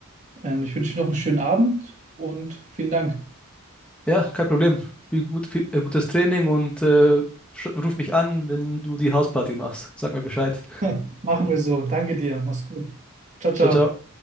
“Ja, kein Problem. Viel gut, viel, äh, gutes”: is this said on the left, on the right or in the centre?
Centre